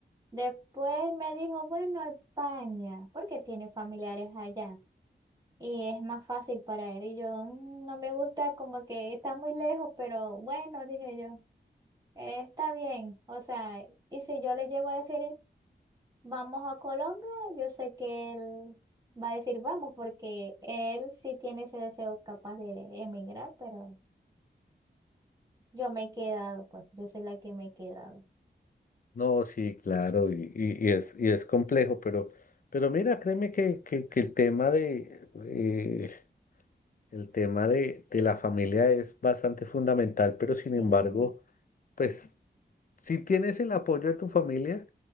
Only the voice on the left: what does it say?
no, sí, claro, y, y- y es, y es complejo, pero, pero mira, créeme que, que, que el tema de eh, el tema de, de la familia es bastante fundamental, pero sin
embargo,
pues Si tienes el apoyo de tu familia,